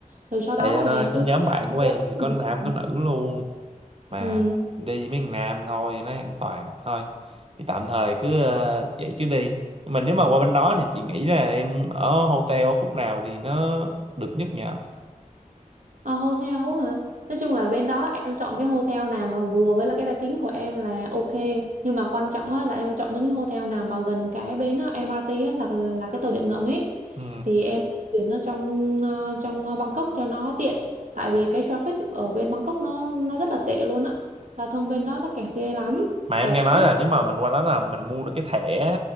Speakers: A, on the right; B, on the right.
A: rồi sau
B: tại
A: đó là
B: ờ, cái
A: cứ
B: nhóm bạn của em thì
A: cùng
B: có
A: một
B: nam
A: phòng
B: có nữ luôn mà
A: ừ.
B: đi mấy thằng nam thôi cho nó an toàn thôi thì tạm thời cứ ờ, vậy chứ đi nhưng mà nếu mà qua bên đó thì chị nghĩ là em ở hotel ở khúc nào thì nó được nhất nhờ
A: Ờ, hotel hả? Nói chung là bên đó em chọn cái hotel nào mà vừa với là cái tài chính của em là ok. Nhưng mà quan trọng á, là em phải chọn những cái hotel nào mà gần cái bến á, MRT á, là là cái tàu điện ngầm ấy.
B: ừ.
A: Thì em di chuyển nó trong ờ, trong Bangkok cho nó tiện. Tại vì cái traffic ở bên Bangkok nó nó rất là tệ luôn á. Giao thông bên đó nó kẹt ghê lắm,
B: mà em
A: kẹt
B: nghe nói
A: gấp
B: là nếu mà mình qua đó là mình mua được cái thẻ